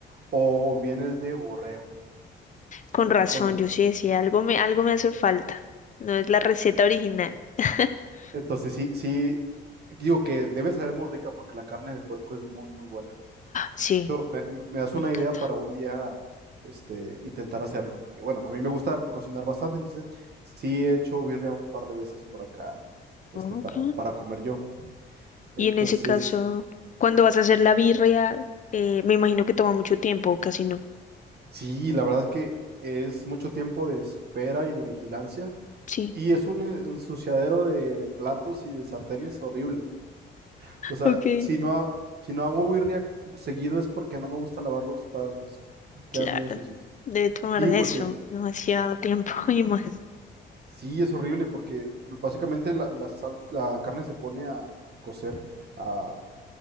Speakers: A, on the right; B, on the left.
A: o bien es de borrego.
B: Con
A: Son
B: razón,
A: con lo que...
B: yo sí decía, algo me, algo me hace falta. No es la receta original. <laughs>
A: Entonces sí, sí, digo que debe ser muy rica porque la carne de puerco es muy, muy buena. De
B: Sí,
A: hecho, me, me- me das
B: me
A: una
B: encanta.
A: idea para un día, este, intentar hacerla, porque bueno, a mí me gusta cocinar bastante, entonces sí he hecho birria un par de veces por acá, este,
B: Ok.
A: para, para comer yo. Entonces,
B: Y en ese caso, cuando vas a hacer la birria, eh, me imagino que toma mucho tiempo, o casi no.
A: sí, la verdad es que es mucho tiempo de espera y de vigilancia,
B: Sí,
A: y es un eh, ensuciadero de platos y de sartenes horrible. O sea,
B: Ok.
A: si no, ha- si no hago birria seguido es porque no me gusta lavar los platos. Quedan
B: claro.
A: bien sucios.
B: Debe tomar
A: Sí,
B: de
A: porque
B: eso, demasiado tiempo <laughs> y más.
A: sí, es horrible, porque básicamente la, la, sal- la carne se pone a cocer a,